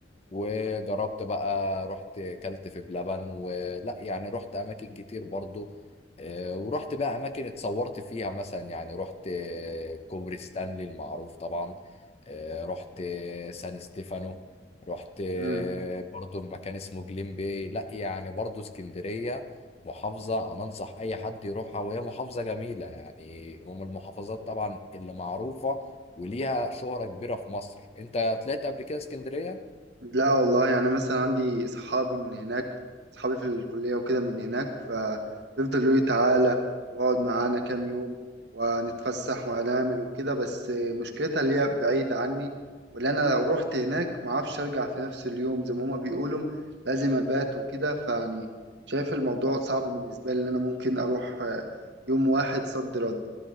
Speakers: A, on the left (about 35°); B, on the right (about 65°).
A: وجربت بقى رحت كلت في بلبن ولا يعني رحت اماكن كتير برضو آه، ورحت بقى اماكن اتصورت فيها مثلا يعني رحت آه، كوبري ستانلي المعروف طبعا آه، رحت آه، سان ستيفانو رحت آه،
B: مم.
A: برضو مكان اسمه جليم باي لا يعني برضو اسكندرية محافظة أنا أنصح أي حد يروحها وهي محافظة جميلة يعني ومن المحافظات طبعا اللي معروفة وليها شهرة كبيرة في مصر أنت طلعت قبل كده اسكندرية؟
B: لا والله يعني مثلا عندي صحابي من هناك صحابي في الكلية وكده من هناك فبيفضلوا يقولوا لي تعالى واقعد معانا كام يوم ونتفسح وهنعمل وكده بس مشكلتها اللي هي بعيدة عني واللي أنا لو رحت هناك معرفش أرجع في نفس اليوم زي ما هما بيقولوا لازم أبات وكده فيعني شايف الموضوع صعب بالنسبة لي إن أنا ممكن أروح آه، يوم واحد صد رد